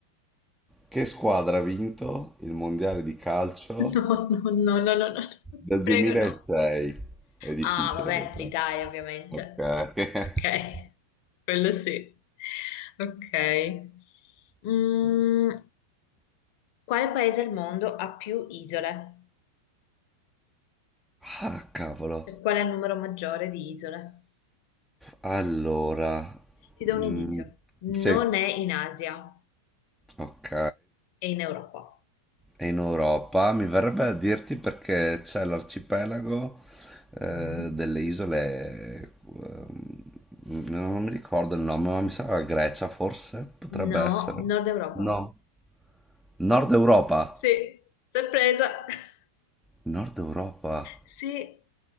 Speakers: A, in the centre; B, on the left.
A: che squadra ha vinto il mondiale di calcio
B: No, no, no, no, no, no,
A: del
B: ti prego,
A: 2006?
B: no.
A: È difficile
B: Ah, vabbè,
A: questa.
B: l'Italia, ovviamente.
A: Ok.
B: Ok,
A: <laughs>
B: quello sì. Ok. Mm, quale paese al mondo ha più isole?
A: Ah, cavolo.
B: Cioè, Qual è il numero maggiore di isole?
A: Allora,
B: Ti do un
A: mm,
B: indizio. Non
A: sì,
B: è in Asia,
A: ok.
B: è in Europa.
A: è in Europa, mi verrebbe a dirti perché c'è l'arcipelago eh,
B: Mm.
A: delle isole, ehm, non mi ricordo il nome, ma mi sa la Grecia forse, potrebbe
B: No,
A: essere.
B: Nord Europa.
A: No, Nord Europa.
B: Sì, sorpresa. <laughs>
A: Nord Europa?
B: Sì,